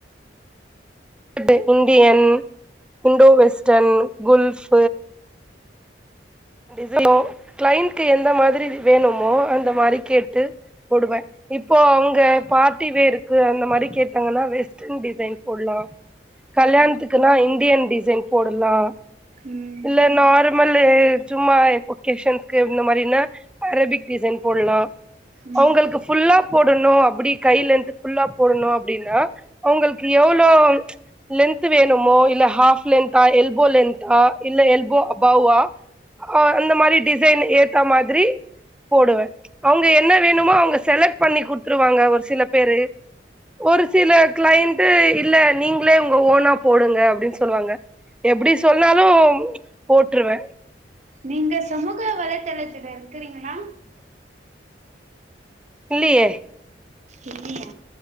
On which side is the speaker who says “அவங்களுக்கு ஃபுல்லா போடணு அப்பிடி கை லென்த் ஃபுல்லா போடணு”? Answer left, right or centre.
Centre